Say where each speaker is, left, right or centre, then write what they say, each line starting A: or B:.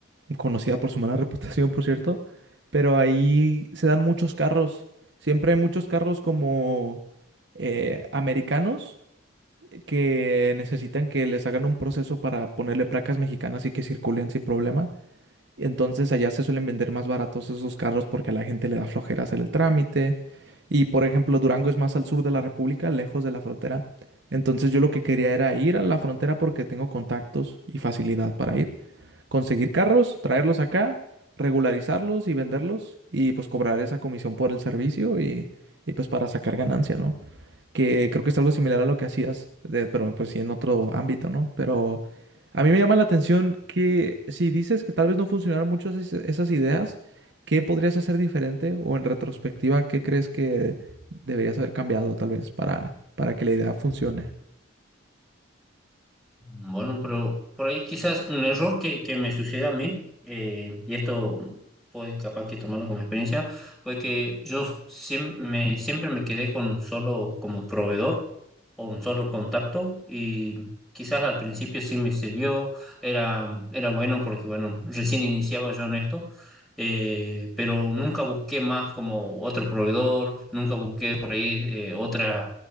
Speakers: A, on the right; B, in the centre.
A: conocida por su mala <laughs> reputación, por cierto. Pero ahí se dan muchos carros. Siempre hay muchos carros como eh, americanos que necesitan que les hagan un proceso para ponerle placas mexicanas y que circulen sin problema. Entonces allá se suelen vender más baratos esos carros porque a la gente le da flojera hacer el trámite. Y por ejemplo, Durango es más al sur de la República, lejos de la frontera. Entonces yo lo que quería era ir a la frontera porque tengo contactos y facilidad para ir. Conseguir carros, traerlos acá, regularizarlos y venderlos y pues cobrar esa comisión por el servicio y, y pues para sacar ganancia, ¿no? que creo que es algo similar a lo que hacías, de- pero pues sí en otro ámbito, ¿no? Pero a mí me llama la atención que si dices que tal vez no funcionaron mucho esas, esas ideas, ¿qué podrías hacer diferente? O en retrospectiva, ¿qué crees que deberías haber cambiado tal vez para, para que la idea funcione?
B: Bueno, pero por ahí quizás un error que, que me sucede a mí, eh, y esto puedes capaz que tomarlo como experiencia, fue que yo siem- me- siempre me quedé con un solo como proveedor o un solo contacto y quizás al principio sí me sirvió, era, era bueno porque bueno, recién iniciaba yo en esto, eh, pero nunca busqué más como otro proveedor, nunca busqué por ahí eh, otra